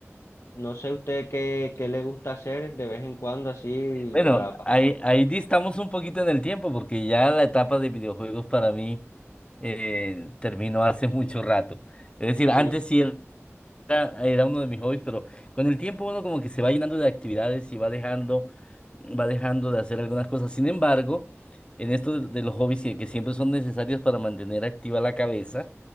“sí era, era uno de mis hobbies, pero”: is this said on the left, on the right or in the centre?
Left